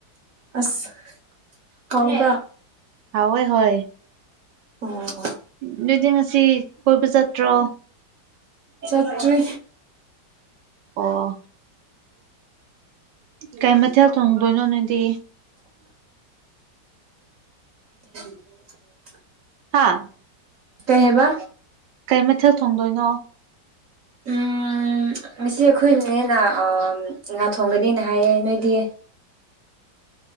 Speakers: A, on the right; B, on the right.
A: ꯑꯁ ꯀꯥꯎꯕ꯭ꯔꯥ
B: ꯍꯥꯎꯋꯦ ꯍꯣꯏ
A: ꯑꯣ
B: ꯑꯗꯨꯗꯤ ꯉꯁꯤ ꯀꯣꯏꯕ ꯆꯠꯇ꯭ꯔꯣ
A: ꯆꯠꯇ꯭ꯔꯤ
B: ꯑꯣ ꯀꯩ ꯃꯊꯦꯜ ꯊꯣꯡꯗꯣꯏꯅꯣ ꯅꯣꯏꯗꯤ
A: <unintelligible>
B: ꯍꯥꯥ
A: ꯀꯩ ꯍꯥꯏꯕ
B: ꯀꯩ ꯃꯊꯦꯜ ꯊꯣꯡꯗꯣꯏꯅꯣ
A: ꯎꯝ ꯉꯁꯤ ꯑꯩꯈꯣꯏꯅꯦꯅ ꯑꯥꯝ ꯉꯥ ꯊꯣꯡꯒꯅꯤꯅ ꯍꯥꯏꯌꯦ ꯅꯣꯏꯗꯤ